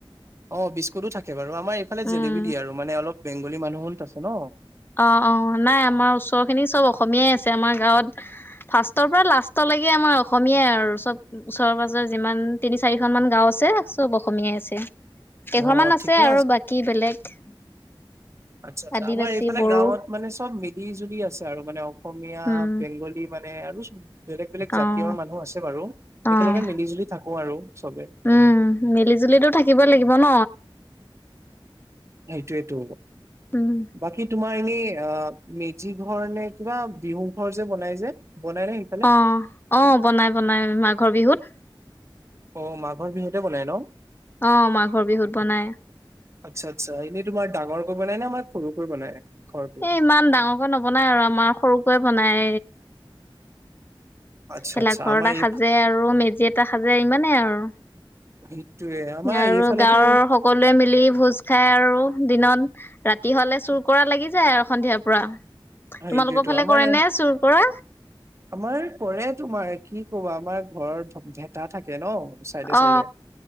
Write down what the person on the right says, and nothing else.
অ বিস্কুতো থাকে বাৰু, আমাৰ এইফালে
জেলেপী দিয়ে আৰু মানে অলপ বেংগলী মানুহো আছে ন।
অ
ঠিকে
আচ্ছা আচ্ছা
আমাৰ এইফালে
গাঁৱত মানে চব মিলি- জুলি আছে আৰু মানে অসমীয়া,
বেংগলী, মানে আৰু বেলেগ বেলেগ
জাতিয়ৰ মানুহ আছে বাৰু
একেলগে মিলি জুলি থাকো আৰু চবে
সেইটোৱেতটো
বাকী তোমাৰ এনেই অ মেজি ঘৰ নে কিবা বিহু ঘৰ যে বনাই যে? বনাই নে সেইফালে
অ মাঘৰ বিহুতে বনাই ন?
আচ্ছা আচ্ছা এনেই তোমাৰ ডাঙৰকৈ বনাই না আমাৰ সৰুকৈ বনাই? ঘৰটো
আচ্ছা
আচ্ছা আমাৰ
এই
সেইটোয়ে আমাৰ
এইফালেতো
সেইটোএটো
আমাৰ
আমাৰ কৰে তোমাৰ কি কব আমাৰ ঘৰত ভেটা থাকে ন? চাইডে চাইডে